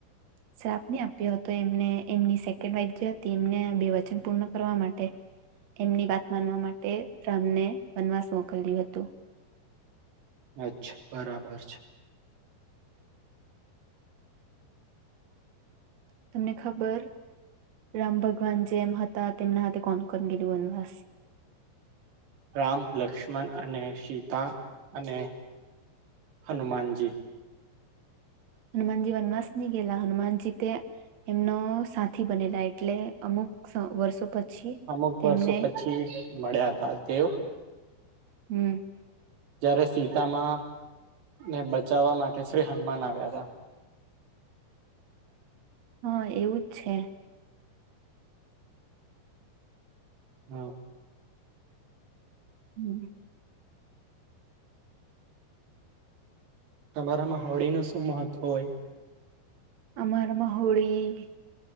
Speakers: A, on the right (about 55°); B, on the right (about 85°).
A: શ્રપ ન આપ્યો હતો એમને એમની સેકન્ડ વાઇફ જે હતી એમને બે વચન પૂર્ણ કરવા માટે એમની વાત માનવા માટે રામને વનવાસ મોકલ્યું હતું
B: અચ્છા બરાબર છે
A: તમને ખબર રામ ભગવાન જેમ હતા તેમના હાથે કોનકગે વનવાસ
B: રામ લક્ષ્મણ અને સીતા અને હનુમાનજી
A: હનુમાનજી વનવાસ ની ગયેલા હનુમાનજી તે એમનો સાથી બનેલા એટલે અમુક વર્ષો પછી
B: અમુક વર્ષો
A: તેમને
B: પછી મળ્યા હતા તેઓ
A: હમ
B: જ્યારે સીતામા ને બચાવવા માટે શ્રી હનુમાન આવ્યા હતા
A: હા એવુંજ છે
B: હા
A: હમ
B: તમારામાં હોળી ન શું મહત્વ હોય
A: અમાર માહડીી